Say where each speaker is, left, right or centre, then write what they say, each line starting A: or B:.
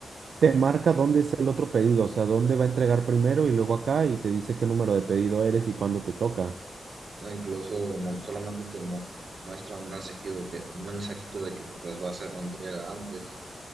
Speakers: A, on the right; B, on the right.
A: te marca dónde es el otro pedido, o sea, dónde va a entregar primero y luego acá y te dice qué número de pedido eres y cuándo te toca.
B: o incluso no, solamente te mu- muestra un mensajito que, un mensajito de que pues va a hacer una entrega antes.